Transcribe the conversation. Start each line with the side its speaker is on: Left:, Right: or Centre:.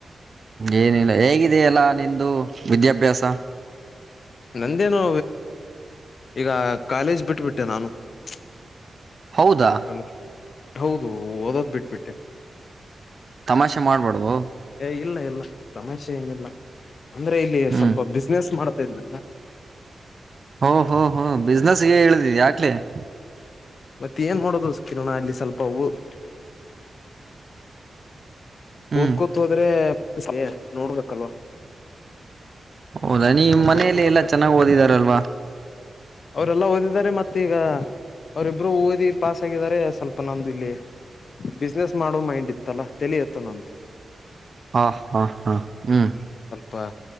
Right: ಏನಿಲ್ಲ ಹೇಗಿದೆಯಲ್ಲಾ! ನಿಂಧು ವಿದ್ಯಾಭ್ಯಾಸ? <inaudible>
Left: ನಂಧೇನೋ, ಈಗ ಕಾಲೇಜ್! ಬಿಟ್ಬಿಟ್ಟೆ ನಾನು. <inaudible>
Right: ಹೌದಾ
Left: ಯಕಲ್ಲ.. <inaudible> ಹೌದು, ಓದೋದ್ ಬಿಟ್ಬಿಟ್ಟೆ. <inaudible>
Right: ತಮಾಷೆ, ಮಾಡುಬೇಡವೋ. <inaudible>
Left: ಏ, ಇಲ್ಲ ಇಲ್ಲ ತಮಾಸೆ ಏನಿಲ್ಲ? <inaudible> ಅಂದ್ರೆ, ಇಲ್ಲಿ
Right: ಹ್ಮ್
Left: ಸ್ವಲ್ಪ ಬಿಸ್ನೆಸ್, ಮಾಡ. <inaudible> ಗೊತ್ತು, ಇಲ್ಲಾ, ಅಲ್ಲ. <inaudible>
Right: ಹೂ, ಹೂ, ಹೂ, ಬಿಸ್ನೆಸ್ಗೆ, ಇಲಿಧಾಳ, ಯಕ್ಲೇ? <inaudible>
Left: ಮತ್ತೆ, ಏನ್ ಮಾಡೋದು ಕಿರಣ, ಅಲ್ಲಿ ಸ್ವಲ್ಪ, ಓ. <inaudible>
Right: ಹ್ಮ್
Left: ಊದ್ಕೂತ್, ಹೋದ್ರೆ? <inaudible> ಸಮಯ, ನೋಡ್ಬೇಕಲ್ವಾ! <inaudible>
Right: ಹೌದಾ, ನಿಮ
Left: ಸ್ವಲ್ಪ
Right: ಮನೇೆಯಲ್ಲಿ
Left: ನೋಡ್ಕೋಬೇಕ
Right: ಎಲ್ಲಾ ಚೆನ್ನಾಗ್ ಓದಿದಾರಲ್ವಾ? <unintelligible>
Left: ಅವರೆಲ್ಲಾ ಓದಿದಿದ್ದಾರೆ, ಮತ್ತು, ಈಗ ಅವ್ರಿಬ್ರು ಓದಿ ಪಾಸ್ ಆಗಿದಿದ್ದಾರೆ! ಸ್ವಲ್ಪ ನಮ್ದ ಇಲ್ಲಿ ಬಿಸ್ನೆಸ್ ಮಾಡೋ ಮೈಂಡ್ ಇತ್ತಲ್ಲ ತಲಿಯುತ್ತ. <inaudible> ತಾವೊಂದು? <inaudible>
Right: ಹಾ, ಹಾ, ಹಾ, ಹ್ಮ್. <inaudible>
Left: ಪಾ,